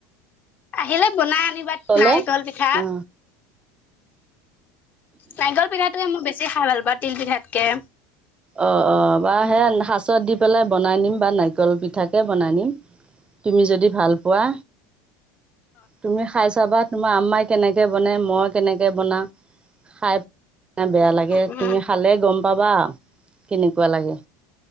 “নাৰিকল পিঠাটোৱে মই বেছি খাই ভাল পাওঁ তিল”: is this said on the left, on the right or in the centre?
Left